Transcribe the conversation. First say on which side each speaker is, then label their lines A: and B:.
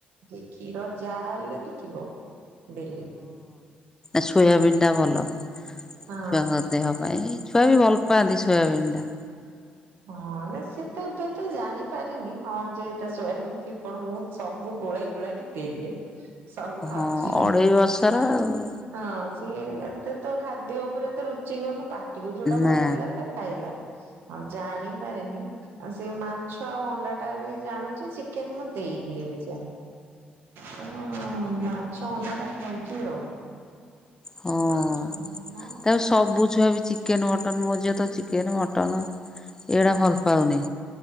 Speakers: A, on the right; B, on the left.
A: ଏ କ୍ଷୀର ଯାହା ହେଲେ ଥିବ ଡେଲି।
B: ସୋୟାବିନି ଟା ଭଲ ଛୁଆଙ୍କ
A: ହଁ
B: ଦେହ ପାଇଁ। ଛୁଆ ବି ଭଲ ପାଆନ୍ତି ସୋୟାବିନ୍ ଟା।
A: ହଁ ନା ସେ ତ ଏବେ ତ ଜାଣିପାରିନି କଣ ଯେ ତା ଶୋୟାବିନି କି କଣ ମୁଁ ସବୁ ଗୋଳେଇ ଗୁଳା କି ଦେଇଦିଏ। ସବୁ ଖାଉଛି।
B: ହଁ ଅଢେଇ ବର୍ଷର ଆଉ।
A: ହଁ ସିଏ ଏତେ ତ ଖାଦ୍ୟ ଉପରେ ଏତେ ରୁଚି କରନୁ ପାଟିକୁ ଯୁଟା
B: ନା
A: ଭଲ ଲାଗିଲା ସେ ଖାଇଲା ଆଉ ଜାଣିପାରେନି ଆଉ ସେ ମାଛ ଆଉ ଅଣ୍ଡା ଟା ଏବେ ଜାଣୁଛି ଚିକେନ ମୁଁ ଦେଇନି ଏବେ ଯାଏ। ହଁ ମାଛ ଅଣ୍ଡା ଟା ଖାଉଛି ଆଉ।
B: ହଁ
A: ମାଛ
B: ତାକୁ ସବୁ ଛୁଆ ବି ଚି କେନ୍ ମଟନ୍ ମୋ ଝିଅ ତ ଚିକେନ ମଟନ ଏଗୁଡା ଭଲ ପାଉନି।